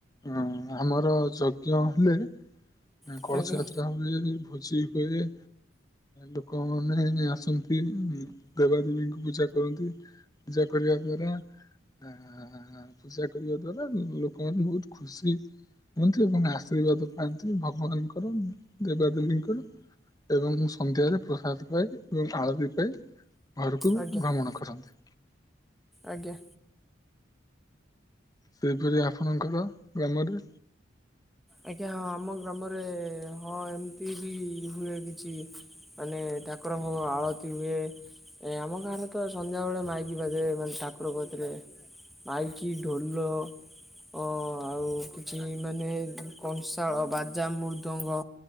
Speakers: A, on the left (about 20°); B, in the centre.
A: ଅଂ ଆମର ଯଜ୍ଞ ହେଲେ- ଆ
B: ଆଜ୍ଞା
A: କଳସ ଯାତ୍ରା ହୁଏ ଭୋଜି ହୁଏ। ଲୋକମାନେ ଆସନ୍ତି ଉଁ ଦେବାଦେବୀଙ୍କୁ ପୂଜା କରନ୍ତି। ପୂଜା କରିବା ଦ୍ଵାରା ଆ ଆ ଆ- ପୂଜା କରିବା ଦ୍ଵାରା ଲୋକମାନେ ବହୁତ ଖୁସି ହୁଅନ୍ତି ଏବଂ ଆଶୀର୍ବାଦ ପାଆନ୍ତି ଭ ମାଆଙ୍କର ଦେବା ଦେବୀଙ୍କର। ଏବଂ ସନ୍ଧ୍ୟାରେ ପ୍ରସାଦ ପାଇ ଏବଂ ଆଳତି ପାଇ ଘରକୁ
B: ଆଜ୍ଞା
A: ଭ୍ରମଣ କରନ୍ତି।
B: ଆଜ୍ଞା।
A: ସେହିପରି ଆପଣଙ୍କର ଗ୍ରାମରେ
B: ଆଜ୍ଞା ହଁ ଆମ ଗ୍ରାମରେ ଏମତି ବି ହୁଏ କିଛି। ମାନେ ଠାକୁରଙ୍କୁ ଆଳତି ହୁଏ। ଏ ଆମ ଗାଁରେ ତ ସନ୍ଧ୍ୟା ବେଳେ ମାଇକି ବାଜେ ମାନେ ଠାକୁର କତିରେ। ମାଇକି ଢୋଲ ଅଁ ଆଉ କିଛି ମାନେ କଂଶାଳ ବାଜା ମୃଦଙ୍ଗ।